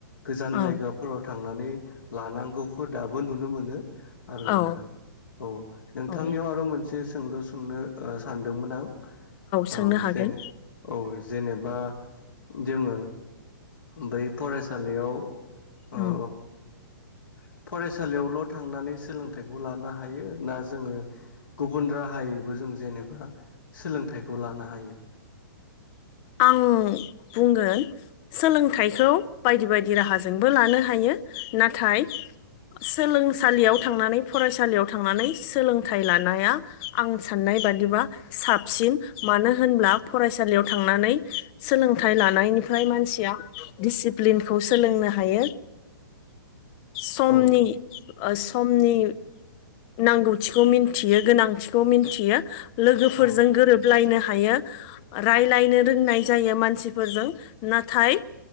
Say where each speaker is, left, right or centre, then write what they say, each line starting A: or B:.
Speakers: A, on the left; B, on the left.
A: गोजान
B: औ
A: जायगाफोराव थांनानै लानांगौखौ दाबो नुनो मोनो। आरो
B: औ
A: नोंथां औ नोंथांनियाव
B: औ
A: आरो मोनसे सोंलु सोंनो ओ सान मोनदों आं
B: सोंनो
A: औ
B: हागोन
A: जेन औ जेनेबा जोङो बै फरायसालियाव ओ
B: उम
A: औ फरायसालियावल' थांनानै सोलोंथाइखौ लानो हायो, ना जोङो गुबुन राहायैबो जों जेनेबा सोलोंथाइखौ लानो हायो?
B: आं बुंगोन सोलोंथाइखौ बायदि बायदि राहाजोंबो लानो हायो। नाथाय सोलोंसालियाव थांनानै फरायसालियाव थांनानै सोलोंथाइ लानाया आं साननाय बादिबा साबसिन मानो होनब्ला फरायसा सालियाव थांनानै सोलोंथाइ लानायनिफ्राय मानसिया दिसिप्लिनखौ सोलोंनो हायो। समनि
A: औ
B: ओ समनि नांगौथिखौ मिथियो गोनांथिखौ मिथियो। लोगोफोरजों
A: औ
B: गोरोबलायनो हायो। राय्लायनो रोंनाय जायो मानसिफोरजों नाथाय